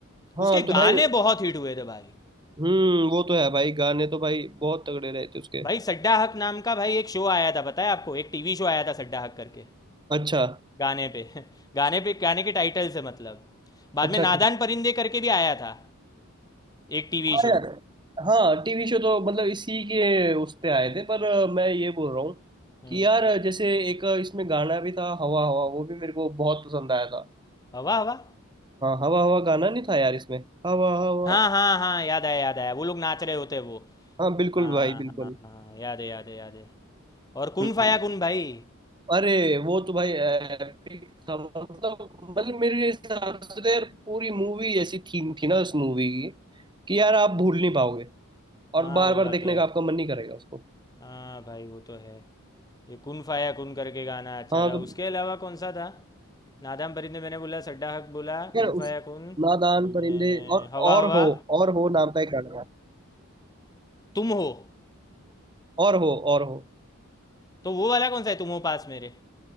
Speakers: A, on the right (about 20°); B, on the left (about 20°).
A: हाँ
B: उसके
A: तो भाई
B: गाने बहुत हिट हुए थे भाई
A: हम्म वो तो है भाई गाने तो भाई बहुत तगड़े रहे थे उसके
B: भाई सड्डा हक नाम का भाई एक शो आया था पता है आपको एक टीवी शो आया था सड्डा हक करके
A: अच्छा
B: गाने पे <laughs> गाने पे गाने के टाइटल से मतलब बाद
A: अच्छा
B: में नादान
A: अच्छा
B: परिंदे करके भी आया था एक टीवी
A: हाँ
B: शो
A: यार हाँ टीवी शो तो मतलब इसी के उस पे आए थे पर अ, मैं ये बोल रहा हूँ
B: हम्म,
A: कि यार अ, जैसे एक अ, इसमें गाना भी था हवा हवा वो भी मेरे को बहुत पसंद आया था
B: हवा हवा
A: हाँ हवा हवा गाना नहीं था यार इसमें हवा हवा
B: हाँ हाँ हाँ याद आया याद आया वो लोग नाच रहे होते हैं वो
A: हाँ बिल्कुल
B: हाँ
A: भाई बिल्कुल
B: हाँ हाँ याद है याद है याद है और कुन
A: हम्म।
B: फाया कुन भाई
A: अरे वो तो भाई एपिक था मतलब मतलब मेरे हिसाब से तो यार पूरी मूवी ऐसी थीम थी ना उस मूवी की कि यार आप भूल नहीं पाओगे और
B: हाँ
A: बार
B: वो
A: बार
B: बात
A: देखने
B: तो है
A: का आपका मन नहीं करेगा उसको
B: हाँ भाई वो तो है ये कुन फाया कुन करके गाना अच्छा
A: हाँ
B: था
A: तो
B: उसके अलावा कौन सा था नादाम फरीद ने मैंने बोला सड्डा हक बोला
A: यार
B: कुन
A: उस
B: फाया कुन
A: नादान
B: बाद
A: परिंदे
B: में
A: और
B: हवा
A: और
B: हवा
A: हो और हो नाम का एक गाना है
B: तुम हो
A: और हो और हो
B: तो वो वाला कौन सा है तुम हो पास मेरे